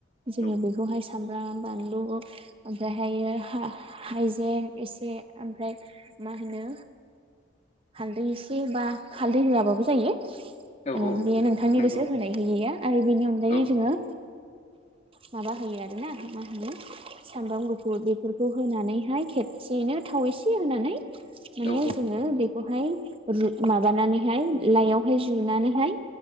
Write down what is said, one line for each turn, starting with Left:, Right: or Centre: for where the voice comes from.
Right: जोङो
Left: औ
Right: बेखौहाय सामब्राम बानलु ओमफ्रायहायो हा-हाइजें एसे ओमफाय मा होनो हालदै एसे बा हालदै होआबाबो जायो
Left: औ
Right: ओ
Left: औ
Right: बे आंनि
Left: नंगौ
Right: गोसो होनाय होयैयो आरो बेनि अनगायै
Left: औ
Right: जोङो माबा होयो आरोना मा होनो सामब्राम गुफुर बेफोरखौ होनानैहाय खेबसेयैनो थाव एसे होनानै माने
Left: औ औ
Right: जोङो बेखौहाय माबानानैहाय लाइयावहाय जुनानैहाय